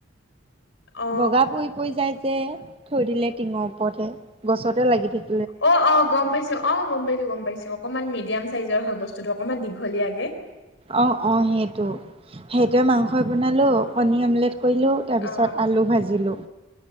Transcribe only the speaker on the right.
বগা পৰি পৰি যায় যে থৈ দিলে টিঙৰ ওপৰতহে গছতে লাগি থা
অঁ' অঁ' সেইটো। সেইটোৱে মাংসয়ে বনালোঁ,
পনীৰ অমলেট কৰিলোঁ তাৰপিছত
আলু ভাজিলোঁ।